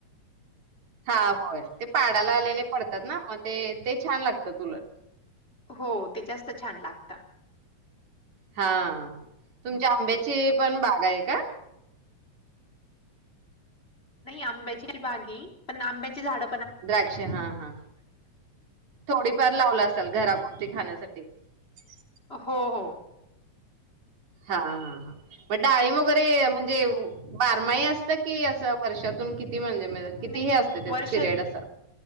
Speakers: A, on the right; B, on the left.
A: हा होय. ते पाडाला आलेले पडतात ना म ते ते छान लागतं उलट.
B: हो ते जास्त <inaudible>
A: हा तुमच्या आंब्याची पण बाग आहे का?
B: आंब्याची बाग आहे, पण आंब्याची झाड
A: द्राक्ष हा हा थोडीफार लावला असाल घरापुरती खाण्यासाठी. तेे.
B: हो हो.
A: हा हा ह मग डाळीम वगैरे म्हणजे बारमाई असतं की असं वर्षातून किती? म्हणजे म्हणजे किती
B: नाही
A: हे असते त्याच
B: वर्षात
A: पिरियड असा